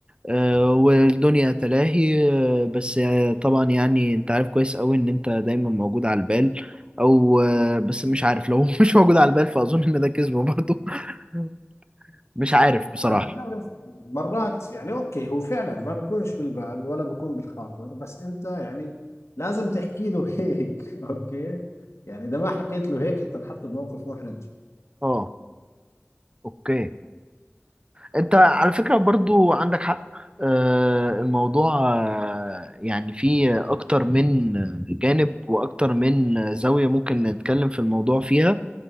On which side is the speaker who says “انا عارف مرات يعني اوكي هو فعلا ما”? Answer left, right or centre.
Left